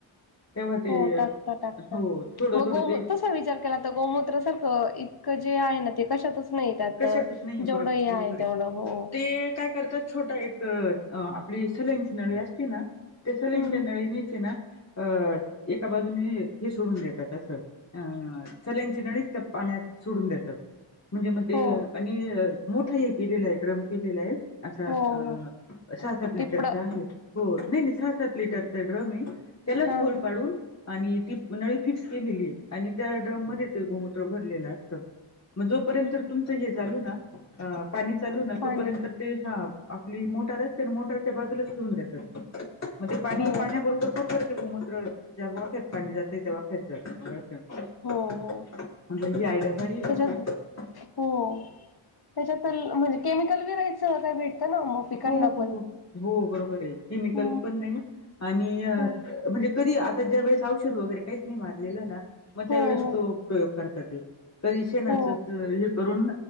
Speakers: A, on the left; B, on the left.
A: तेव्हा ते
B: हो टाकतात, टाकतात
A: हो थोडं
B: मग
A: थोडं
B: गोमूत्र
A: ते
B: विचार केला तर गोमूत्र सारखं इतकं जे आहे ना ते कशातच नाही त्यात
A: कशातच नाही बरोबर
B: जेवढं हे
A: बरोबर
B: आहे तेवढं
A: हाय
B: हो
A: ते काय करतात छोटा एक आपली सलाईनची नळी असते ना, त्या सलांईच्या
B: हम्म
A: नळीनेच ना अ, एका बाजूनी हे सोडून देतात असं. अ, सलाईनची नळीच पाण्यात सोडून देतात. म्हणजे मग ते
B: हो
A: आणि मोठा हे केलेला आहे, ड्रम केलेला आहे. असा
B: हो
A: अ
B: हो
A: सहा सात लिटरचा
B: टिपड
A: आहे हो नाही नाही सहा सात लिटरचा ड्रम आहे. त्यालाच
B: हा
A: हॉल
B: हा
A: पाडून आणि ती नळी फिक्स केलेली आहे आणि त्या ड्रम मध्ये ते गोमूत्र भरलेलं असत. मग जोपर्यंत तुमच हे चालू ना पाणी चालू ना
B: पाणी
A: तोपर्यंत ते हा आप आपली मोटर असते न मोटरच्या बाजूलाच ठिऊन देतात ते मंग ते पाणी
B: हो
A: पाण्या बरोबर बरोबर ते गोमूत्र ज्या वाफेत पाणी जाते त्या वाफेत जाते मंग अस
B: हो हो
A: म्हटलं ही आयडिया भारी आहे
B: त्याच्यात
A: बर का
B: हो त्याच्यातून म्हणजे केमिकल विरहित सहसा भेटत म पिकांना
A: हो
B: पण
A: हो हो हो बरोबर आहे केमिकल
B: ह
A: पण नाही आणि म्हणजे
B: हो
A: कधी आता ज्या वेळेस औषध वगैरे काहीच नाही मारलेलं ना मग त्यावेेळेस
B: हो
A: तो प्रयोग करतात ते कधी शेणाच
B: हो
A: हे करून